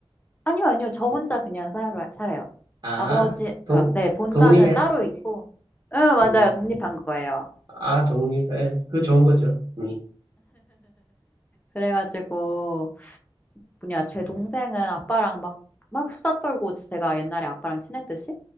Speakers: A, on the left; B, on the right.
A: 아니요 아니요 저 혼자 그냥 살아, 살아요.
B: 아,
A: 아버지
B: 동,
A: 가 네 본가는
B: 독립해?
A: 따로 있고 응 맞아요
B: 음,
A: 독립한 거예요.
B: 아, 독립해. 그거 좋은 거죠. 음.
A: 그래가지고 뭐냐, 제 동생은 아빠랑 막, 막 수다 떨고 제가 옛날에 아빠랑 친했듯이